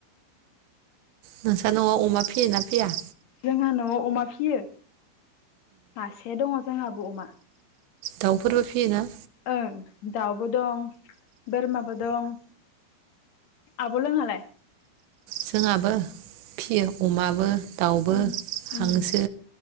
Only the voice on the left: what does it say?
जोंहा न'आव अमा फियो। मासे दङ। जोंहाबो अमा
ओं दाउबो दं बोरमाबो दं। आबलाहालाय?
उम
उम